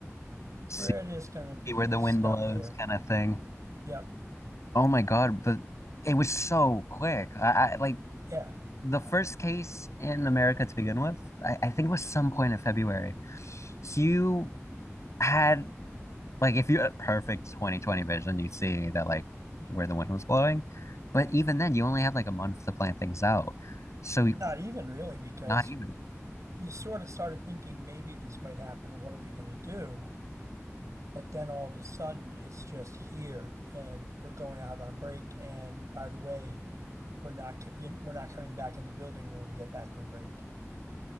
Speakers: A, on the left; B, on the right.
A: See
B: we're just gonna be
A: where the
B: stuck
A: wind blows
B: here.
A: kind of thing.
B: Yep,
A: Oh my God, but it was so quick. I, I like
B: yeah,
A: the first case in America to begin with, I, I think was some point in February. So you had Like if you had perfect 2020 vision, you'd see that like where the wind was blowing. But even then, you only had like a month to plan things out. So
B: not even really because
A: not even.
B: you sort of started thinking maybe this might happen. What are we gonna do? But then all of a sudden, it's just here, and we're going out on break. And by the way, we're not c- you- know, we're not coming back in the building when we get back from break.